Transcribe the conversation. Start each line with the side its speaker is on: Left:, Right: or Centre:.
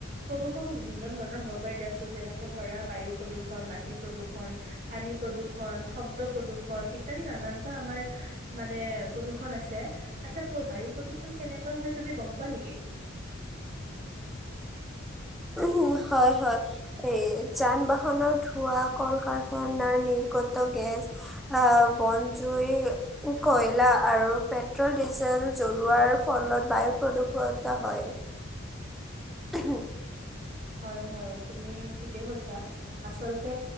Right: প্ৰদূষণ বিভিন্ন ধৰণ ণৰ হ'ব পাৰে দিয়াচোন, যেনেকে ধৰা বায়ু প্ৰদূষণ, মাটি প্ৰদূষণ পানী প্ৰদূষণ, শব্দ প্ৰদূষণ ইত্যাদি নানানটা আমাৰ মানে প্ৰদূষণ আছে, আচ্ছা প্ৰ বায়ু প্ৰদূষণ কেনেকৈ হয় তুমি গম পোৱা নেকি?
Centre: উম হয় হয় এ যান বাহনৰ ধোৱা, কল কাৰখানাৰ নিৰ্গত গেছ আ বনজুই কয়লা আৰু পেট্ৰল ডিজেল জ্বলোৱাৰ ফলত বায়ু প্ৰদূষিত হয়। <inaudible>
Right: হয়, হয়, তুমি ঠিকে কৈছা। আচলতে